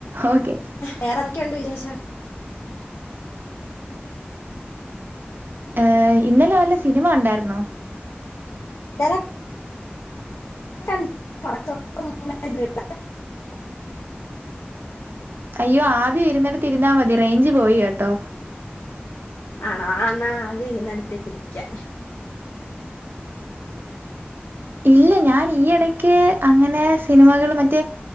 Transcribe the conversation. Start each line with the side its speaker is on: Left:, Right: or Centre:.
Right: ഓക്കെ
Left: വേറെന്തെക്കെയുണ്ട് വിശേഷം
Right: എഹ് ഇന്നലെ വല്ല സിനിമ കണ്ടാര്ന്നോ
Left: ന്നലെ ക പുറത്ത ദ <unintelligible>
Right: അയ്യോ ആദ്യം ഇരുന്നിടത്ത് ഇരുന്നാ മതി റെയ്ഞ്ച് പോയി കെട്ടോ,
Left: ആണോ എന്ന ആദ്യം ഇരുന്നെടെത്ത് ഇരിക്ക്യ
Right: ഇല്ല ഞാൻ ഈ ഇടയ്ക്ക് അങ്ങനെ സിനിമകള് മറ്റേ,